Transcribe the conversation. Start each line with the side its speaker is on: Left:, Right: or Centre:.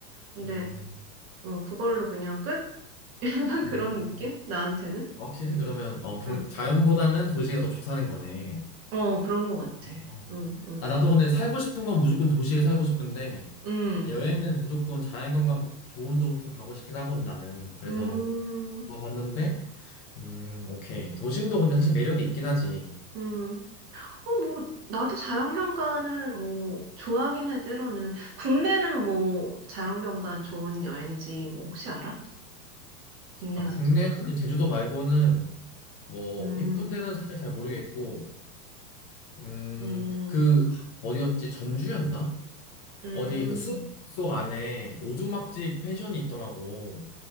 Right: 근데,
Left: 음,
Right: 어, 그걸로 그냥 끝? <laughs> 약간
Left: 음.
Right: 그런 느낌? 나한테는?
Left: 확실히
Right: 응,
Left: 그러면 어, 경-
Right: 응.
Left: 자연보다는 도시가 더 좋다는 거네.
Right: 어, 그런 것 같아.
Left: 어.
Right: 응, 응.
Left: 아, 나도 근데 살고 싶은 건 무조건 도시에 살고 싶은데
Right: 응,
Left: 여행은
Right: 응.
Left: 무조건 자연경관 보- 좋은 쪽으로 가고 싶긴 하거든 나는. 그래서
Right: 음,
Left: 물어봤는데 음, 오케이. 도심도 근데 사실 매력이 있긴 하지.
Right: 음. 어, 뭐, 나도 자연경관을 뭐, 좋아하긴 해, 때로는. 국내는 뭐, 자연경관 좋은 여행지, 뭐, 혹시 알아? 국내
Left: 아,
Right: 같은
Left: 국내는
Right: 경우는?
Left: 사실 제주도 말고는 뭐
Right: 음,
Left: 이쁜 데는 사실 잘 모르겠고 음,
Right: 음,
Left: 그 어디였지? 전주였나?
Right: 음,
Left: 어디 그 숲 속 안에 오두막집 펜션이 있더라고.